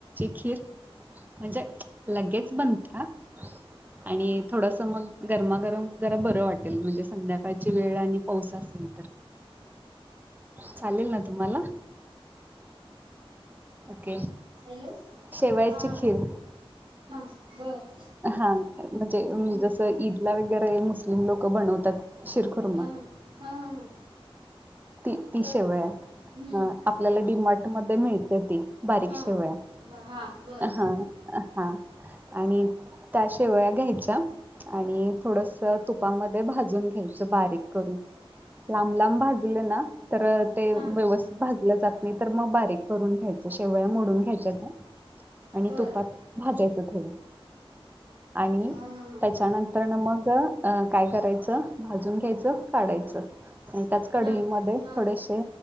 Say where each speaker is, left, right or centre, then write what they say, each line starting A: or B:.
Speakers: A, on the right; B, on the right.
A: खीर म्हणजे लगेच बनते. आणि थोडस मग गरमागरम जरा बरं वाटेल म्हणजे संध्याकाळची वेळ आणि पाऊस असेल. तर. चालेल ना तुम्हाला? ओके.
B: हॅलो
A: शेवयाची
B: हा
A: खीर.
B: हा बर
A: हा म्हणजे
B: हम्म
A: जस ईदला वगैरे मुस्लिम लोक. बनवतात शिरखुर.
B: हा हा हा हा हां
A: ती
B: तर
A: शेवय
B: हम्म
A: आपल्याला डी मार्ट मध्ये मिळतात ती. बारीक
B: हां
A: शेवया
B: ब हां बर
A: हा.
B: <unintelligible>
A: हा आणि त्याशिवया घ्यायच्या आणि थोडस तुपामध्ये भाजून घ्यायचं बारीक करून.
B: ह
A: लांब लांब भाजूलं ना. तर ते
B: हां
A: व्यवस्थित भाजलं जात नाही तर मग बारीक करून घ्यायचं शेवया मोडून घ्यायच्या त्या. आणि
B: बर
A: तुपात भाजायचं थोडं. आणि
B: हां हां
A: त्याच्यानंतर ना मग अ काय करायचं. भाजून घ्यायचं काढायचं आणि त्याच कढईमध्ये
B: हां हां हां
A: थोडेसे.